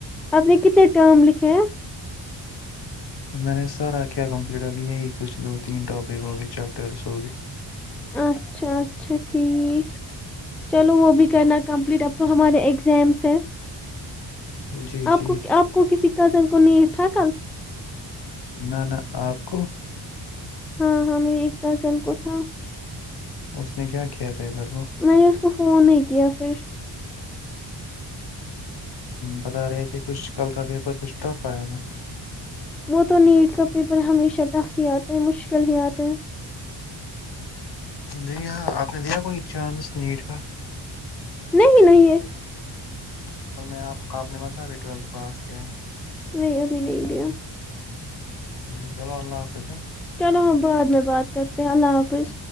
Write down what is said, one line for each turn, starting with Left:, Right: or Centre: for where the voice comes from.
Centre: آپ نے کتنے ٹم لکھے ہیں
Left: میں نے سارا کیا کمپلیٹ ابھی یہی کچھ دو تین ٹاپک ہو گئے چیپٹرس ہو گئے
Centre: اچھا اچھا ٹھیک چلو وہ بھی کرنا کمپلیٹ اب تو ہمارے اگزامس ہے
Left: جی
Centre: آپ
Left: جی
Centre: کو آپ کو کسی کزن کو نہیں تھا کل <unintelligible>
Left: نہ نہ آپ کو
Centre: ہاں ہاں مے ایک کزن کو تھا
Left: اس نے کیا کیا پیپر کو
Centre: میں نے اس کو فون نہیں کیا پھر
Left: بتا رہے تھے کچھ کل کا پیپر کچھ ٹف آیا تھا
Centre: وہ تو نیٹ کا پیپر ہمیشہ ٹف ہی آتا ہے مشکل ہی آتا ہے
Left: ج یہاں آپ نے دیا کوئی چانس نیٹ کا
Centre: نہیں نہیں
Left: اصل میں آپ آپ نے مت ابھی ٹویلتھ پاس کیا ہے
Centre: نہیں ابھی نہیں دیا
Left: جی چلو اللہ حافظ ہے
Centre: چلو ہم بعد میں بات کرتے ہیں اللہ حافظ